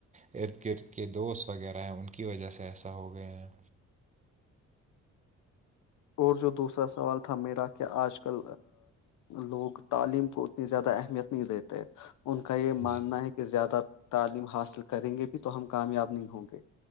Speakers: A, on the right (about 25°); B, on the left (about 80°).
A: ارد گرد کے دوست وغیرہ ہیں ان کی وجہ سے ایسا ہو گئے ہیں
B: اور جو دوسرا سوال تھا میرا کہ آج کل لوگ تعلیم کو اتنی زیادہ اہمیت نہیں دیتے ان کا یہ ماننا
A: جی
B: ہے کہ زیادہ تعلیم حاصل کریں گے بھی تو ہم کامیاب نہیں ہوں گے